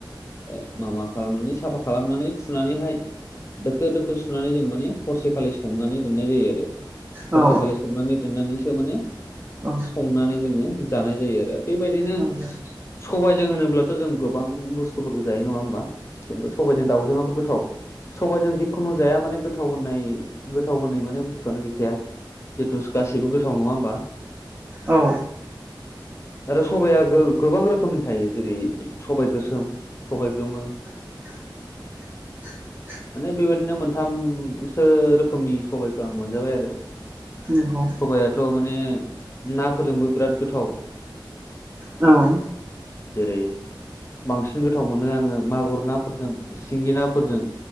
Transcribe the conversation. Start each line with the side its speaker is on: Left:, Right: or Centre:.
Left: ओ माबा खालामनानै साफा खालामनानै थुनानैहाय दोखो दोखो सुनानै जों माने हरसेखालि सोमनानै दोननाय जायो आरो।
Right: औ
Left: हरसेखालि सोमनानै दोननानैसो माने
Right: औ
Left: संनानै जोङो जानाय जायो आरो बेबायदिनो
Right: नंगौ
Left: सबायजों होनोब्लाथ' जों गोबां बुस्थुफोरखौ जायो नङा होमबा? जेनेबा सबाइजों दाउजोंआबो गोथाव। सबाइजों जिखुनु जाया माने गोथाव होननाय गोथाव होनाय माने बुस्थुआनो गैखाया। जिथुस गासैबो गोथाव नङा होमबा?
Right: औ
Left: आरो सबाया गो-गोबां रोखोमनि थायो जेरै सबाइ गोसोम सबाइ गोमो।
Right: <inaudible>
Left: माने बेबायदिनो मोनथामसो रोखोमनि सबाइखो आं मोनजाबाय आरो।
Right: नोंगौ।
Left: सबायाथ' माने नाफोरजोंबो बोराद गोथाव।
Right: औ
Left: जेरै बांसिन गोथाव मोनो आङो मागुर नाफोरजों सिंगि नाफोरजों।